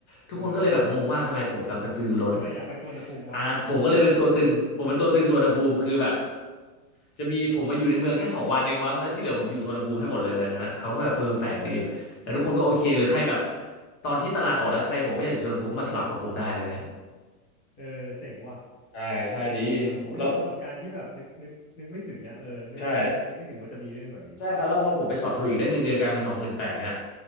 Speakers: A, on the left; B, on the left.
A: ทุกคนก็เลยแบบงงมากทำไมผมแบบกระตือรือร้น
B: เออเออ ทำไมอยากไปสุวรรณภูมิวะ
A: อ่าผมก็เลยเป็นตัวตึงผมเป็นตัวตึงสุวรรณภูมิคือแบบ
B: <laughs>
A: จะมีผมมาอยู่ในเมืองแค่สองวันเองมั้งแล้วที่เหลือผมอยู่สุวรรณภูมิให้หมดเลยอะไรเงี้ยนะเขาก็แบบเออแปลกดี
B: เออ
A: แต่ทุกคนก็โอเคหรือใครแบบตอนที่ตารางออกแล้วใครบอกไม่อยากอยู่สุวรรณภูมิก็มาสลับกับผมได้อะไรเงี้ย
B: เออเจ๋งว่ะ
A: ใช่ใช่ดี
B: เออเป็นประสบการณ์ที่แบบนึกนึกนึกไม่ถึงอ่ะเออไม่ไม่นึกไม่ถึงว่าจะมีเรื่องแบบนี้
A: แล้วใช่ ใช่ครับแล้วพอผมไปสอบโทอีกได้เงินเดือนกลายเป็นสองหมื่นแปดเนี่ย